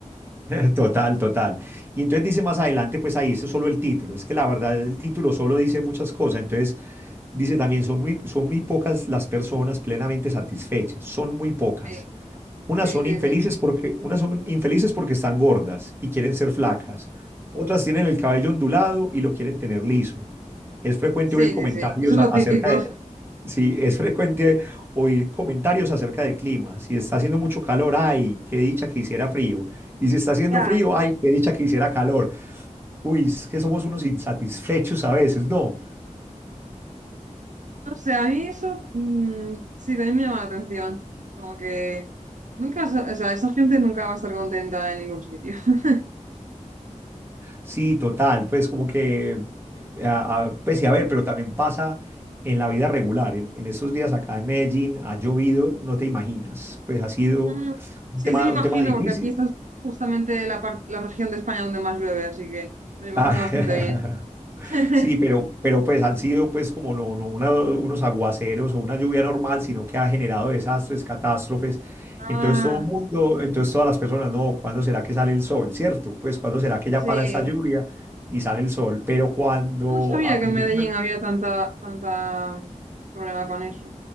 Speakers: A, on the right; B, on the right.
A: <laughs> Total, total. Y entonces dice más adelante, pues ahí eso es solo el título. Es que la verdad el título solo dice muchas cosas. Entonces dice también, son muy, son muy pocas las personas plenamente satisfechas. Son muy pocas.
B: Sí,
A: Unas
B: sí,
A: son
B: sí,
A: infelices
B: sí,
A: porque, unas son infelices porque están gordas y quieren ser flacas. Otras tienen el cabello ondulado y lo quieren tener liso. Es frecuente
B: sí,
A: oír comentarios
B: sí, sí, eso es
A: a-
B: lo
A: acerca
B: típico.
A: de, Sí, es frecuente oír comentarios acerca del clima. Si está haciendo mucho calor, ay, qué dicha que hiciera frío. Y si está haciendo
B: Ya,
A: frío, ay, qué dicha que hiciera calor. Uy, es que somos unos insatisfechos a veces, ¿no?
B: No sé, a mí eso mm, sí también me llama la atención. Es como que nunca, sa- o sea, esa gente nunca va a estar contenta en ningún sitio. <laughs>
A: Sí, total, pues como que, eh, a- a- pues sí, a ver, pero también pasa en la vida regular. En, en estos días acá en Medellín ha llovido, no te imaginas. Pues ha sido
B: Mm,
A: un
B: Sí,
A: tema,
B: sí, me
A: un
B: imagino,
A: tema difícil.
B: porque aquí esta es justamente la, par- la región de España donde más llueve, así que me lo imagino
A: Ah,
B: bastante bien.
A: <laughs>
B: <laughs>
A: Sí, pero, pero pues han sido pues como no, no una- unos aguaceros o una lluvia normal, sino que ha generado desastres, catástrofes.
B: Ah,
A: Entonces todo el mundo, entonces todas las personas, no, ¿cuándo será que sale el sol? ¿Cierto? Pues ¿cuándo será que
B: sí.
A: ya para esta lluvia y sale el sol? Pero cuando
B: No sabía
A: a principios
B: que en Medellín había tanta, tanta mm, problema con eso.